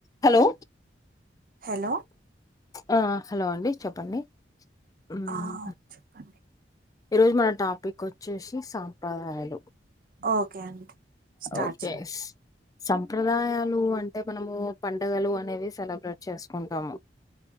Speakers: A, on the left; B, on the right.
A: హలో
B: హలో
A: ఆ హలో అండి చెప్పండి ఉహు
B: ఆ చెప్పండి
A: ఈ రోజు మన టాపిక్ వచ్చేసి సాంప్రదాయాలు
B: ఓకే అండి స్టార్ట్
A: ఓకే
B: చేయండి
A: సంప్రదాయాలు అంటే మనము పండగలు అనేవి సెలబ్రేట్ చేసుకుంటాము